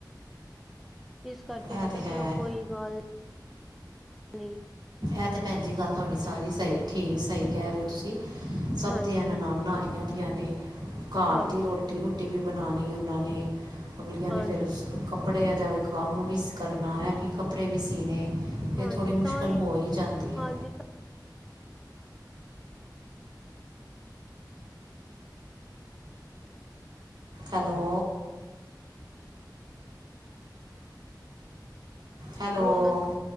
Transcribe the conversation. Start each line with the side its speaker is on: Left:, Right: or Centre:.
Centre: ਇਸ ਕਰਕੇ
Right: ਇਹ
Centre: ਮੈਂ ਕੇਆ
Right: ਤਾਂ ਹੈ
Centre: ਚਲੋ ਕੋਈ ਗੱਲ ਨਈ
Right: ਐ ਤਾਂ ਭੈਨ ਜੀ ਗੱਲ ਤਾਡੀ ਸਾਰੀ ਸਹੀ ਠੀਕ ਸਹੀ ਕੈ ਰਏ ੳ ਤੁਸੀ। ਸਭ
Centre: ਹਾਂਜੀ
Right: ਦੀਆਂ ਨਨਾਣਾ
Centre: ਹਾਂਜੀ
Right: ਆਈਆ ਦੀਆ ਨੇ ਘਰ
Centre: ਹਾਂਜੀ
Right: ਦੀ ਰੋਟੀ ਰੂਟੀ ਵੀ ਬਨਾਨੀ ੳਨਾ ਨੇ, ਅਗਲੀਆਂ
Centre: ਹਾਂਜੀ
Right: ਨੇ ਫੇਰ ਕਪ ਕੱਪੜੇਆਂ ਦਾ ਵੀ ਕੰਮ ਵੀ ਕਰਨਾ ਐ ਵੀ ਕੱਪੜੇ ਵੀ ਸੀਨੇ ਫਿਰ
Centre: ਹਾਂਜੀ
Right: ਥੋੜ੍ਹੀ ਮੁਸ਼ਕਲ
Centre: ਤਾਂਈ
Right: ਹੋ ਹੀ ਜਾਂਦੀ ਹੈ
Centre: ਹਾਂਜੀ ਤਾਂ
Right: ਹੈਲੋ ਹੈਲੋ
Centre: ਹੁਨ ਮੈਂ,